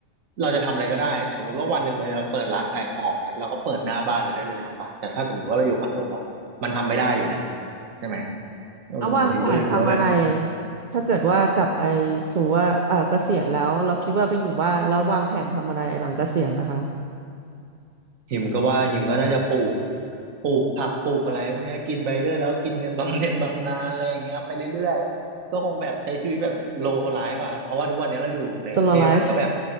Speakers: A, on the right; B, on the right.
A: เราจะทำอะไรก็ได้สมมุติว่าวันหนึ่งเราจะเปิดร้านขายของเนี่ยเราก็เปิดหน้าบ้านเราได้เลยถูกปะแต่ถ้าสมมติว่าเราอยู่คอนโดอ่ะมันทำไม่ได้อยู่แหละใช่ไหม เออฮิมก็เลยคิดว่าแบบ
B: เอาวางแผนทำอะไรถ้าเกิดว่ากลับไปสมมติว่าเออเกษียณแล้วเราคิดว่าไปอยู่บ้านแล้ววางแผนทำอะไรหลังเกษียณนะคะ
A: ฮิมก็ว่าฮิมก็น่าจะปลูกปลูกผักปลูกอะไรพวกเนี้ยกินไปเรื่อยแล้วกินเงินบำเหน็จบำนาญอะไรอย่างเงี้ยไปเรื่อยๆก็คงแบบใช้ชีวิตแบบโลไลฟ์อะครับเพราะว่าทุกวันเนี้ยเราอยู่ในกรุงเทพมันก็แบบ
B: สโลไลฟ์